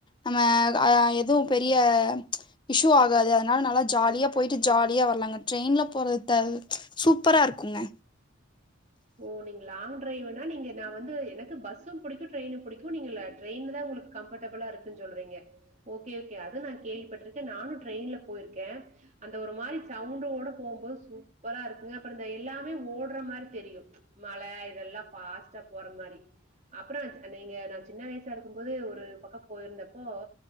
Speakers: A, on the left; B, on the right.
A: நம்ம எதுவும் பெரிய இஷ்யூ ஆகாது அதனால நல்லா ஜாலியா போயிட்டு ஜாலியா வரலாங்க ட்ரெயின்ல போறது சூப்பரா இருக்குங்க
B: ஓ நீங்க லாங் டிரரைவ்ன்னா நீங்க நான் வந்து எனக்கு பஸ்ஸும் பிடிக்கும் ட்ரெயினும் பிடிக்கும் நீங்க ட்ரெயின்ல தான் உங்களுக்கு கம்ஃபர்டபுளா இருக்குன்னு சொல்றீங்க ஓகே ஓகே அது நான் கேள்விப்பட்டிருக்கேன் நானும் ட்ரெயின்ல போயிருக்கேன் அந்த ஒரு மாதிரி சவுண்டோட போகும் போது சூப்பரா இருக்குங்க அப்புறம் இந்த எல்லாமே ஓடுற மாதிரி தெரியும் மலை இதெல்லாம் பாஸ்ட்டா போற மாதிரி அப்புறம் நீங்க ந சின்ன வயசா இருக்கும் போது ஒரு பக்கம் போயிருந்தப்போ